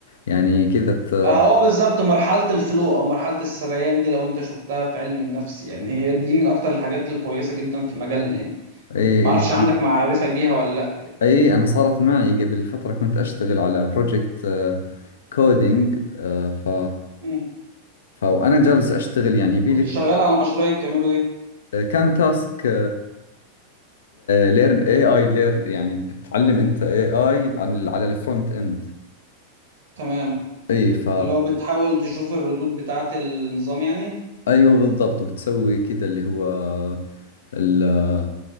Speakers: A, on the left; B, on the right.
A: يعني كذا ت...
B: آه، هو بالظبط مرحلة الفلو أو مرحلة السريان دي لو أنت شفتها في علم النفس يعني هي دي من أكتر الحاجات الكويسة جدا في مجالنا يعني
A: أي...
B: معرفش
A: أي
B: عندك معرفة بيها ولا لأ
A: أي، أنا صارت معي قبل فترة كنت أشتغل على بروجكت كودينج ف
B: مم.
A: ف- وأنا جالس أشتغل يعني يبيلك
B: كنت شغال على مشروع بتعمله إيه؟
A: كان تاسك ليرن اي اي ليرن يعني بتعلم انت اي اي عن على الفرونت اند
B: تمام
A: اي ف
B: اللي هو بتحاول تشوف الردود بتاعة النظام يعني
A: ايوه بالضبط بتسوي كذا اللي هو ال